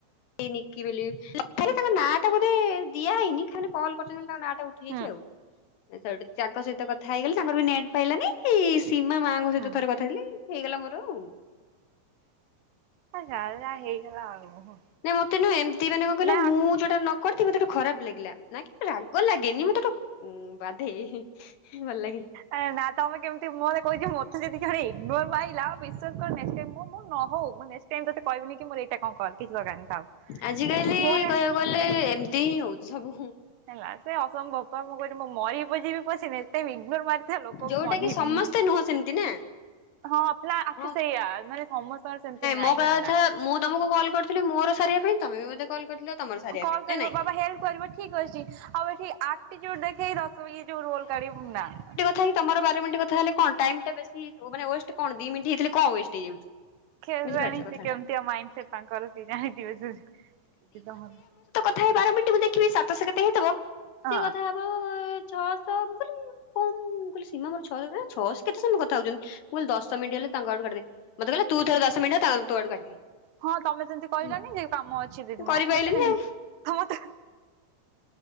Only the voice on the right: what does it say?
ହୁଁ
ହୁଁ
ହେ ଯାର ଯା ଯାହା ହେଇଗଲା ଆଉ।
ନା
ଏ ନା ତମେ କେମିତି ମୁଁହଁରେ କହିଦିଅ ମତେ କିଏ ଯଦି ଖାଲି ଇଗ୍ନୋର ମାଇଲା ବିଶ୍ୱାସ କର ନେକ୍ସଟ୍ ଟାଇମ ମୋ ନ ହଉ ସେମ ତତେ କହିବିନି କି ମୋର ଏଇଟା କଣ କର କିଚ୍ଛି ଦରକାର ନାହିଁ। ଥାଉ।
ମୋର
ହେଲା ସେ ଅସମ୍ଭବ ପା ମୁଁ କହିଲି ମୁଁ ମରିବି ପଛେ ଯିବି ପଶିନି ଇଗନୋର ସେମିତିଆ ଲୋକକୁ
ମୁଁ ଅନେଇବିନି।
ହଁ ପିଲା ଆସୁ
ସେଇଆ ନହଲେ ସମସ୍ତଙ୍କର ସେମିତି ନାଇଁ
ହେଲା।
କଲ୍
କରିବ
ହେଲ୍ପ କରିବ ଠିକ ଅଛି ଆଉ ଏଠି ଆଟିଚୁଡ଼ୁ ଦେଖେଇ ଦ ଇଏ ଯୋଉ ରୋଲ କାଢିବୁ ନା। ନା।
କେଜାଣି
ସେ କେମିତିଆ ମାଇଣ୍ଡ ସେଟ ସେ ତାଙ୍କର ସେ ଜାଣିଥିବେ।
ହଁ।
ହଁ ତମେ ସେମିତି କହିଲନି
ଯେ କାମ ଅଛି ଦିଦି
ମୁଁ ରଖୁଛି ନହେଲେ